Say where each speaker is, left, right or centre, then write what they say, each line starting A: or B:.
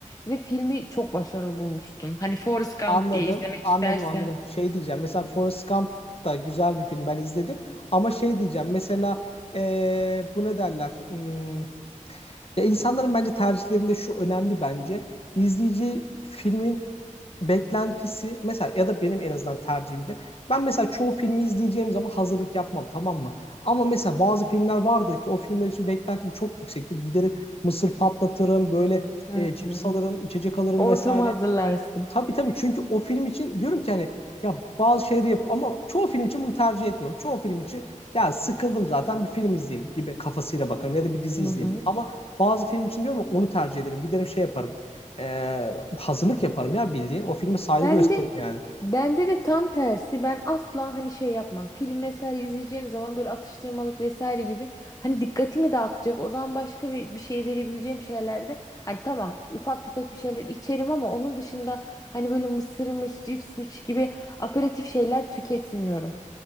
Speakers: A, on the left; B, on the left.
A: Ve filmi çok başarılı bulmuştum. Hani Forrest Gump
B: Anladım,
A: diye izlemek
B: anladım,
A: istersen
B: anladım. Şey diyeceğim, mesela Forrest Gump da güzel bir film, ben izledim. Ama şey diyeceğim, mesela eee, bu ne derler? Hmm, ya insanların bence tercihlerinde şu önemli bence. İzleyici filmin beklentisi, mesela ya da benim en azından tercihimde. Ben mesela çoğu filmi izleyeceğim zaman hazırlık yapmam, tamam mı? Ama mesela bazı filmler vardı ki o filmler için beklentim çok yüksektir. Giderim mısır patlatırım, böyle
A: Hı
B: e, cips
A: hı.
B: alırım, içecek alırım
A: Ortamı
B: vesaire.
A: hazırlarsın.
B: Tabii tabii çünkü o film için diyorum ki hani ya bazı şeyleri yap ama çoğu film için bunu tercih etmem. Çoğu film için ya sıkıldım zaten bir film izleyeyim gibi kafasıyla bakarım ya da bir dizi
A: Hı
B: izleyeyim.
A: hı.
B: Ama bazı film için diyorum ya onu tercih ederim. Giderim şey yaparım. Ee, hazırlık yaparım ya bildiğin. O filme saygı
A: Ben
B: gösteririm
A: de
B: yani.
A: bende de tam tersi. Ben asla hani şey yapmam. Film vesaire izleyeceğim zaman böyle atıştırmalık vesaire gibi hani dikkatimi dağıtacak. Odan başka bir, bir şey verebileceğim şeylerde hani tamam ufak tefek bir şeyler içerim ama onun dışında hani böyle mısırmış, cipsmiş gibi aperatif şeyler tüketmiyorum.